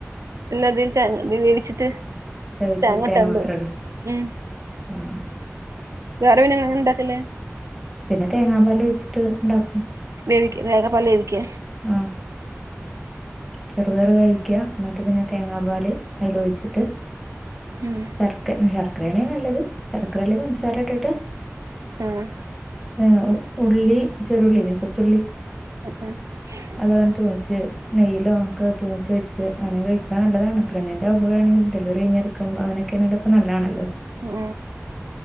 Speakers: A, on the right; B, in the centre.
A: ഇല്ലതി ത വേവിച്ചിട്ട്
B: വേവിച്ച്
A: തേങ്ങട്ടാണ്ട്
B: തേങ്ങ മാത്രം ഇടേ
A: ഉം
B: ആഹ്
A: വേറെ പിന്നെങ്ങനെണ്ടാക്കല്
B: പിന്നെ തേങ്ങാ പാലോഴിച്ചിട്ട് ഇണ്ടാക്കും
A: വേവിക്ക തേങ്ങാപ്പാൽ വേവിക്ക
B: ആഹ ചെറുപറു വേവിക എന്നിട്ട് പിന്നെ തേങ്ങാ പാൽ അതിൽ ഒഴിച്ചിട്ട്
A: ഉം
B: ശർക്കരയാണേ നല്ലത് ഷർക്കരല്ലെ പൻസാരട്ട്ട്ട്
A: ആഹ
B: ആ ഉള്ളി ചെറുള്ളില്ല കൊച്ചുള്ളി
A: <inaudible>
B: അതെങ്ങാട് തുമിച്ച് നെയിലോക്കെ തൂമിച്ച് വെച്ച് അങ്ങന കഴിക്കണ നല്ലതാണ് പ്രഗ്നൻന്റ് ആ മ്പോളാണെങ്കിലും ഡെലിവറി കഴിഞ്ഞ അങ്ങനക്കെണെലോക്കെ നല്ലാണല്ലോ
A: ഉം